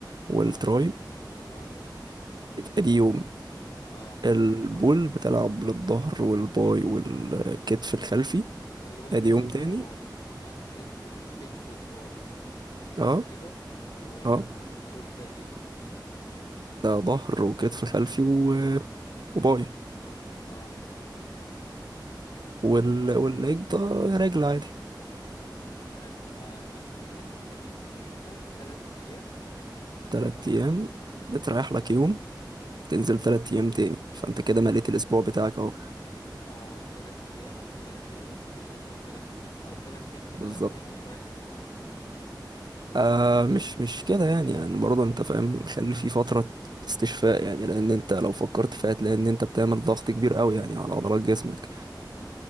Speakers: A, on the right (about 65°); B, on the left (about 65°).
A: والتراي
B: اه اه
A: ادي يوم
B: اه
A: البول
B: اه
A: بتلعب للظهر والباي والكتف الخلفي
B: خلي بالك
A: ادي
B: انا
A: يوم
B: بكتب
A: تاني
B: وراك يعني صدر وكتف وتراي صح
A: اه
B: كده والبول
A: اه
B: ده ايه
A: ده ظهر وكتف خلفي و- وباي
B: اه اه
A: وال... والليج ده رجل عادي
B: حلو ده يعني انت كده بتتكلم في ان انت تلات ايام
A: تلات
B: صح
A: ايام
B: كده
A: بتريح لك يوم تنزل تلات ايام تاني فانت كده مليت الاسبوع بتاعك اهو
B: اه تلات ايام وتريح يوم وتنزل تلات ايام او تلات ايام في تلات
A: بالظبط
B: ايام وتريح يوم
A: آه مش مش كده يعني يعني برضه انت فاهم خلي في فترة استشفاء يعني لان انت لو فكرت فيها هتلاقي ان انت بتعمل ضغط كبير قوي يعني على عضلات
B: اه
A: جسمك